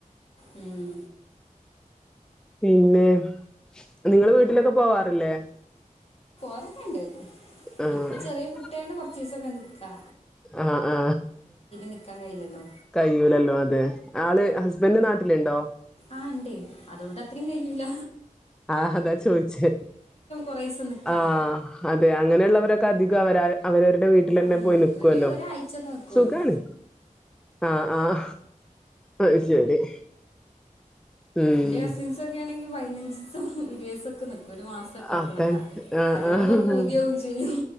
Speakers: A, on the left (about 45°); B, in the centre.
A: ഉം
B: പിന്നെ നിങ്ങള് വീട്ടിലൊക്കെ പോവാറില്ലേ
A: അതൊക്കെയിണ്ട്
B: ആഹ്
A: ഇപ്പൊ ചെറിയ കുട്ടിയാണ് കൊറച്ച് ദിവസൊക്കെ നിക്കാ
B: ആ ആ
A: നിൽക്കാൻ കഴിയില്ലല്ലോ
B: കയ്യൂലല്ലോ അതെ ആള് ഹസ് ഹസ്ബൻ്റ് നാട്ടിലുണ്ടോ
A: ആ ഇണ്ട് അതുകൊണ്ട് അത്രയും കഴിയുല
B: ആഹ അതാ ചോദിച്ചേ
A: കുറേ ദിവസം നിൽക്കാം
B: ആഹ അതെയ അങ്ങനെയുള്ളവരൊക്കെ അധിക അവര അവരു എന്റെ വീട്ടിലേല്ലാം
A: ഉം,
B: പോയി നികുവല്ലോ
A: ഒരു ഒരാഴ്ചയൊക്കെ നിൽക്കുള്ളൂ
B: സുഖാണ് ആഹ ആഹ അത് ശരി ഉം
A: എന്റെ കസിൻസ് ഒക്കെ ആണെങ്കിൽ പതിനഞ്ച് ദിസം ദിവസൊക്കെ നിക്കും ഒരു മാസൊകെ നിക്കണല്ല
B: അതാണ് ആഹ്
A: അത് കാണുമ്പോ
B: ആഹ്
A: പൂതിയാവും ചെയ്യും